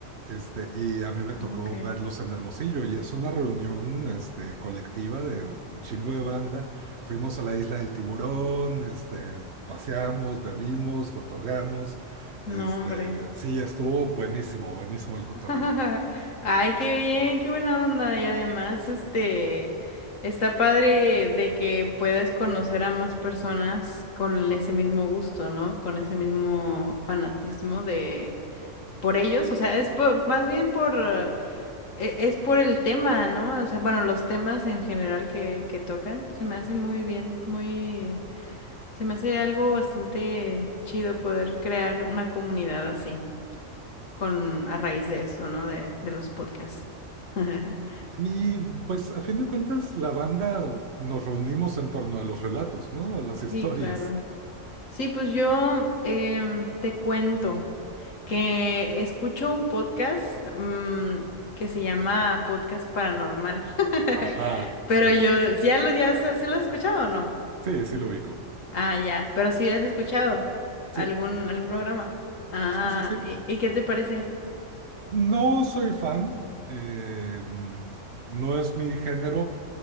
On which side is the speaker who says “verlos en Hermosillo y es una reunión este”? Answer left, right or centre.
Right